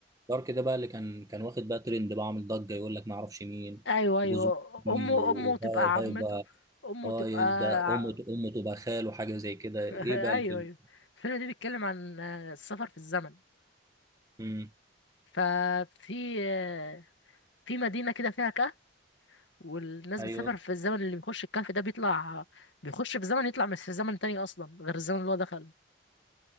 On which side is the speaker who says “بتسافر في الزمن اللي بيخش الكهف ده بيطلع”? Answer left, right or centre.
Left